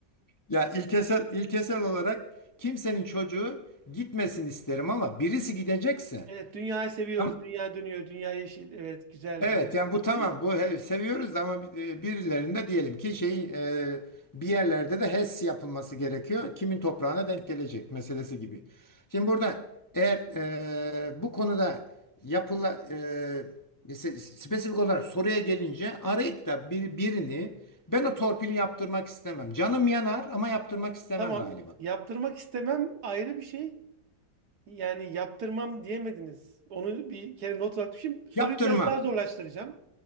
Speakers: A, on the left (about 20°); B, on the right (about 70°).
A: Ya ilkesel ilkesel olarak kimsenin çocuğu gitmesin isterim ama birisi gidecekse
B: Evet, dünyayı seviyoruz.
A: Tam-
B: Dünya dönüyor, dünya yeşil. Evet, güzel
A: evet
B: dünya.
A: yani
B: <laughs>
A: bu tamam bu he- seviyoruz ama bi- e, birilerinde diyelim ki şey e, bir yerlerde de HES yapılması gerekiyor. Kimin toprağına denk gelecek meselesi gibi. Şimdi burada eğer e, bu konuda yapıla e, se- spesifik olarak soruya gelince arayıp da bir, birini ben o torpili yaptırmak istemem. Canım yanar ama yaptırmak istemem
B: Tamam.
A: galiba.
B: Yaptırmak istemem ayrı bir şey. Yani yaptırmam diyemediniz. Onu bir kere not olarak düşün. Soruyu
A: Yaptırmam.
B: biraz daha zorlaştıracağım.